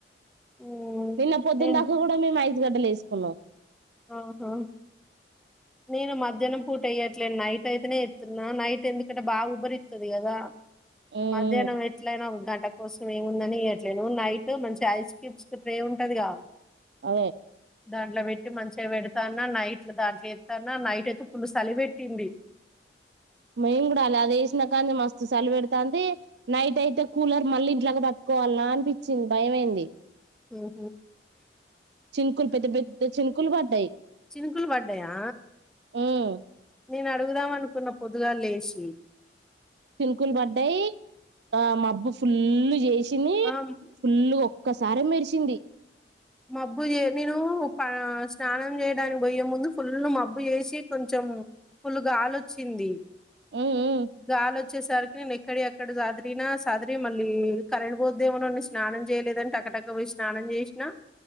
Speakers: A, in the centre; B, on the right.
A: మ్
B: నిన్న పొద్దున్న
A: నేను
B: దాకా కూడా మేము ఐసుగడ్డలే వేసాం ఫల
A: ఆహా నేను మధ్యాహ్నం పూటయ్యట్లేను నైట్ అయితేనే ఎత్తున్నా నైట్ ఎందుకంటే బాగా ఉబ్బరిత్తది గదా
B: ఉమ్
A: మధ్యాహ్నం ఎట్లయినా ఒక గంట కోస ఏముందని చేయట్లేను్ నైట్ మంచి ఐస్ క్యూబ్స్ కి ట్రే ఉంటదిగా
B: అదే
A: దాంట్లో పెట్టి మంచిగా పెడు తన్న నైట్ల దా న్నా నైట్ అయితే ఫుల్ సలి పెట్టింది
B: మేం గూడా అలానే లేసినకాని మస్తం సల్ పెడుతంది నైట్ అయితే కూలర్ మళ్ళీ ఇట్లా కోవాల అనిపించింది భయంమైంది
A: ఊ హు
B: చిన్కుల్ పెద్ద పెద్ద చిన్కులు బడ్డయి
A: చినుకులు పడ్డాయా
B: ఉమ్
A: నేను అడుగుదాం అనుకున్న పొద్దుగా లేసి
B: చినుకులు పడ్డాయి ఆ మబ్బు ఫుల్లు చేశింది
A: ఆ
B: ఫుల్లు ఒక్కసారి మెరిశింది
A: మబ్బు ఏ నేను ప స్నానం చేయడానికి పోయే ముందు ఫుల్ మబ్బు చేసి కొంచెం ఫుల్ గాలొచ్చింది
B: ఉమ్ ఉమ్
A: గాలొచ్చేసరికి నేను ఎక్కడియిఅక్క ఇక్కడ సదరిన సదిరి మళ్ళీ కరంట్ బోద్దేమోనని స్నానం చేయలేదని టకటక పొయి స్నానం చేసినా